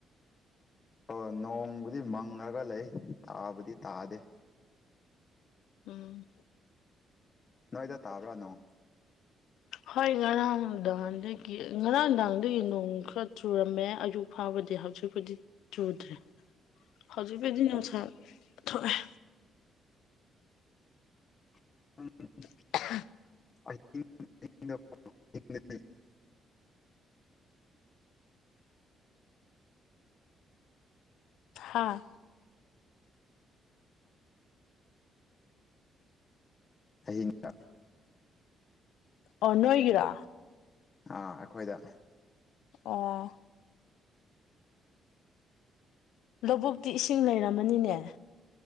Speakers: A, on the left; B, on the left.
A: ꯑꯣ ꯅꯣꯡꯕꯨꯗꯤ ꯃꯪꯉꯥꯒ ꯂꯩ ꯇꯥꯕꯥꯗꯤ ꯇꯥꯗꯦ
B: ꯎꯝ
A: ꯅꯣꯏꯗ ꯇꯥꯕ꯭ꯔꯥ ꯅꯣꯡ
B: ꯍꯣꯏ ꯉꯔꯥꯡ ꯗꯥ ꯍꯟꯗꯒꯤ ꯉꯔꯥꯡ ꯗꯥꯡꯗꯒꯤ ꯅꯣꯡ ꯈꯔ ꯆꯨꯔꯝꯃꯦ ꯑꯌꯨꯛ ꯐꯥꯎꯕꯥ ꯍꯧꯖꯤꯛ ꯄꯨꯗꯤ ꯆꯨꯗ꯭ꯔꯦ ꯍꯧꯖꯤꯛꯕꯨꯗꯤ ꯅꯨꯡꯁꯥ ꯊꯣꯛꯑꯦ
A: ꯑꯥ <unintelligible>
B: <inaudible>
A: ꯑ <unintelligible>
B: <inaudible> ꯍꯥꯥ
A: ꯍꯍꯤꯡ ꯀ <unintelligible>
B: ꯑꯣ ꯅꯣꯏꯒꯤꯔꯥ
A: ꯑꯥ ꯑꯩꯈꯣꯏꯗ
B: ꯑꯣ ꯂꯣꯕꯨꯛꯇꯤ ꯏꯁꯤꯡ ꯂꯩꯔꯝꯃꯅꯤꯅꯦ